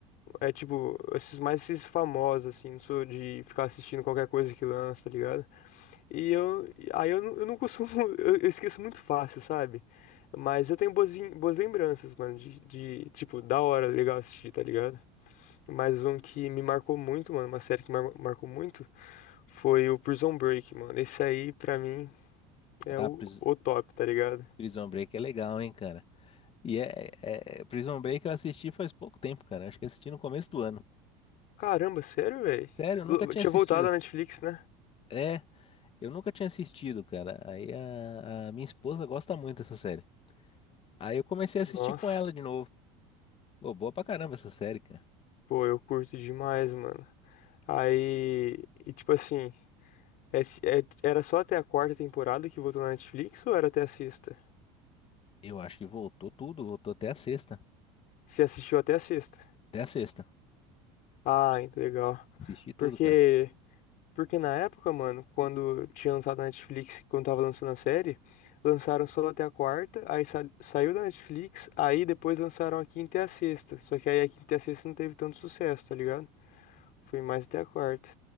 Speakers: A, on the left; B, on the left.
A: é tipo, eu assisto mais esses famosos, assim, não sou de ficar assistindo qualquer coisa que lança, tá ligado? E eu, e aí eu, não- eu não costumo, <laughs> eu, eu esqueço muito fácil, sabe? Mas eu tenho boas, em- boas lembranças, mano, de, de, tipo, da hora, legal assistir, tá ligado? Mais um que me marcou muito, mano, uma série que mar marcou muito. Foi o Prison Break, mano. Esse aí, pra mim, é
B: Ah,
A: o,
B: Pris-
A: o top, tá ligado?
B: Prison Break é legal, hein, cara. E é, é- é- Prison Break eu assisti faz pouco tempo, cara. Acho que assisti no começo do ano.
A: Caramba, sério, velho?
B: Sério, eu nunca tinha
A: Tinha
B: assistido.
A: voltado a Netflix, né?
B: É, eu nunca tinha assistido, cara. Aí a, a minha esposa gosta muito dessa série. Aí eu comecei a
A: Nossa,
B: assistir com ela de novo. Pô, boa pra caramba essa série, cara.
A: pô, eu curto demais, mano. Aí, e tipo assim, é se- é- era só até a quarta temporada que voltou na Netflix ou era até a sexta?
B: Eu acho que voltou tudo, voltou até a sexta.
A: Você assistiu até a sexta?
B: Até a sexta.
A: Ah, legal.
B: Assisti tudo,
A: Porque
B: cara.
A: Porque na época, mano, quando tinha lançado na Netflix, quando tava lançando a série, lançaram só até a quarta, aí sa- saiu da Netflix, aí depois lançaram a quinta e a sexta. Só que aí a quinta e a sexta não teve tanto sucesso, tá ligado? Foi mais até a quarta.